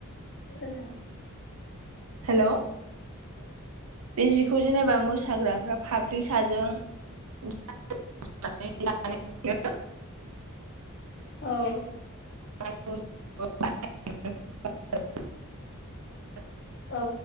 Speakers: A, on the left (about 50°); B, on the right (about 80°).
A: रायलायहर <unintelligible>
B: हेल' औ बे जिखौ जेनेबा मोसाग्राफ्रा फाप्लि साजों <unintelligible>
A: औ
B: <unintelligible>
A: औ